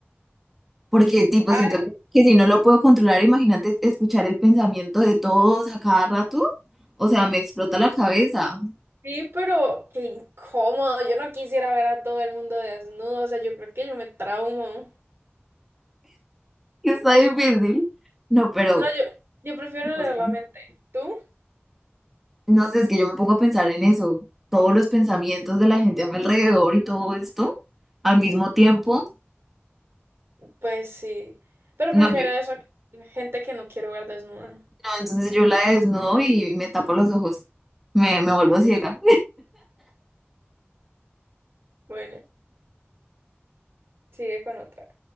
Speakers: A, in the centre; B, on the right.
A: porque tipo,
B: Ay,
A: siento que que si no lo puedo controlar, imagínate escuchar el pensamiento de todos a cada rato, o sea, me explota la cabeza. <laughs>
B: sí, pero qué incómodo. Yo no quisiera ver a todo el mundo desnudo. O sea, yo creo que yo me traumo.
A: Está difícil. No, pero,
B: No, yo, yo prefiero
A: no
B: leer
A: sé.
B: la mente. ¿Tú?
A: No sé, es que yo me pongo a pensar en eso, todos los pensamientos de la gente a mi alrededor y todo esto al mismo tiempo.
B: Pues sí. Pero
A: No,
B: prefiero
A: yo,
B: eso que gente que no quiero ver desnuda.
A: no, entonces yo la desnudo y me tapo los ojos, me, me vuelvo ciega.
B: Bueno, sigue con otra.